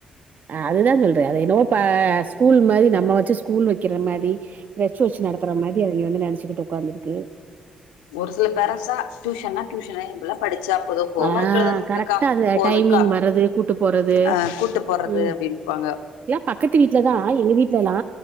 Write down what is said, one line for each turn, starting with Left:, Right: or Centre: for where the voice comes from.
Right: ஆ அதுதா சொல்றே அத என்னோ ப ஸ்கூல் மாரி நம்ம வச்சி ஸ்கூல் வைக்கிற மாரி தச்சி வச்சி நடத்துற மாரி அவிங்க வந்து நெனச்சிக்கிட்டு உக்காந்துருக்கு
Left: ஒரு சில பேரன்ஸ்ஸா டியூஷன்னா டியூஷன்ன எ பிள்ள படிச்சா போது ஹோம்ர்
Right: ஆ
Left: எழுதுங்குக்கா
Right: கரெக்டா அந்த
Left: போதுக்கா
Right: டைமிங் வர்றது கூட்டு போறது
Left: அ கூட்டு போடுறது
Right: ம்
Left: அப்டின்ப்பாங்க
Right: எல்லா பக்கத்து வீட்டு்லதா எங்க வீட்டுலல்லா